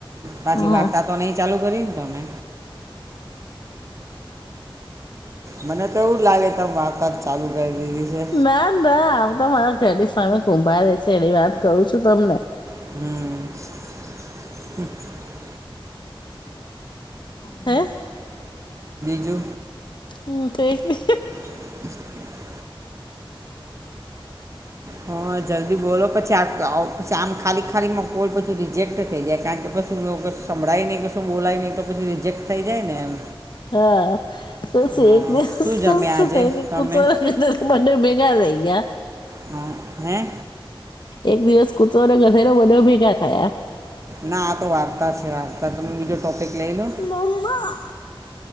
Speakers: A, on the right; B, on the left.
A: પાછી
B: હમ
A: વાગતા તો નહી ચાલુ કરીને તમે મને તો એવું લાગે તમ વાર્તા. ચાલુ કરી દીધી છે
B: ના ના આમ તો મારા ઘરની સામે કુંભારે છે એની વાત કરું છું તમને
A: હમ
B: હે
A: નજો
B: હમ થઈને
A: <inaudible> હ હં જલ્દી બોલો પછી આ આવ પછી આમ ખાલી ખાલીમાં કોલ પછી રિજેક્ટ થઈ જાય કારણ કે પછી હું સંભળાય નહીં ક શું બોલાય નહીં તો પછી રિજેક્ટ થઈ જાય ને એમ
B: હા. તો શું
A: હા
B: છે
A: શું જમ્યા
B: શું
A: આજે
B: થાય
A: તમે
B: ને બંનેવ ભેગા થઈ ગયા.
A: હ હે.
B: એક દિવસ કૂતરો અને ગધેરો બંનેવ ભેગા થયા.
A: ના આ તો વાર્તા છે, વાર્તા તમે બીજો ટોપિક લઈ લો.
B: મમ્મા,